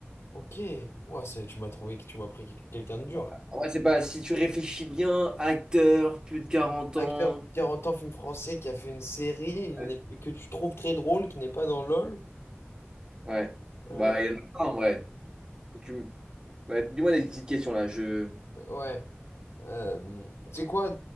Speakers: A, on the left; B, on the right.
A: Ok, Ouah, c'est- tu m'as trouvé tu m'as pris quel- quelqu'un de dur
B: Ouais,
A: là.
B: en vrai, c'est pas. Si tu réfléchis bien, acteur, plus de quarante
A: Acteur
B: ans.
A: 40 ans, film français qui a fait une série il
B: Ouais.
A: n'est- que tu trouves très drôle, qui n'est pas dans LOL.
B: Ouais.
A: Euh,
B: Bah, il y en a plein en vrai. Faut que tu m- Ouais, dis-moi des petites questions là. Je.
A: ouais. Euh, tu sais quoi?